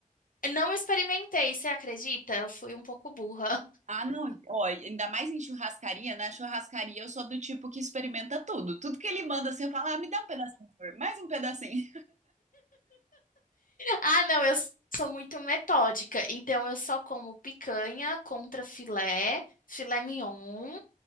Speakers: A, on the left; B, on the right.
A: Eu Não experimentei, você acredita? Eu fui um pouco burra.
B: Ah, não. Ó, ainda mais em churrascaria, na churrascaria eu sou do tipo que experimenta tudo. Tudo que ele manda, assim, eu falo, ah, me dá um pedacinho, por favor. mais um pedacinho.
A: Ah, não, eu sou muito metódica. Então eu só como picanha contra filé, filé mignon.